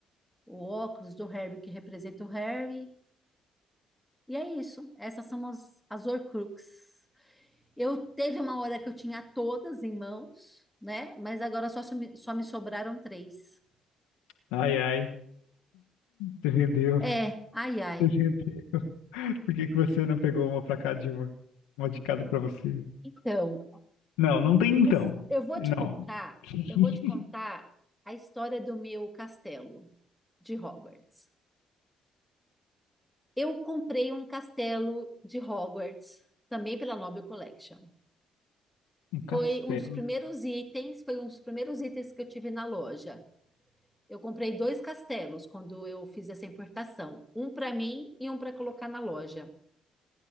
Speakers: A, in the centre; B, on the left.
A: o óculos do Harry, que representa o Harry. E é isso. Essas são as, as Horcruxes. Eu teve uma hora que eu tinha todas em mãos, né? Mas agora só, só me sobraram três.
B: Ai, ai, você vendeu.
A: É, ai, ai.
B: Você vendeu. <laughs> Por que que você não pegou uma pra cada de uma? Uma de cada pra você?
A: Então,
B: Não, não tem então.
A: mas eu vou
B: Não.
A: te contar,
B: <laughs>
A: eu vou te contar a história do meu castelo de Hogwarts. Eu comprei um castelo de Hogwarts também pela Noble Collection.
B: Um castelo.
A: Foi um dos primeiros itens, foi um dos primeiros itens que eu tive na loja. Eu comprei dois castelos quando eu fiz essa importação, um para mim e um para colocar na loja.